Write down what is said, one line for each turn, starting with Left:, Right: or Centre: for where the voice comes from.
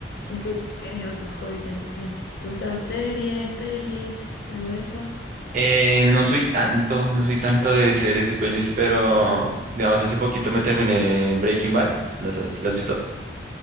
Left: qué, qué otro hobby tenés? ¿Te gusta ver series, pelis, algo de eso?
Right: Eh, no soy tanto, no soy tanto de series de pelis, pero digamos, hace poquito me terminé Breaking Bad, ¿las ha- ¿sí las has visto?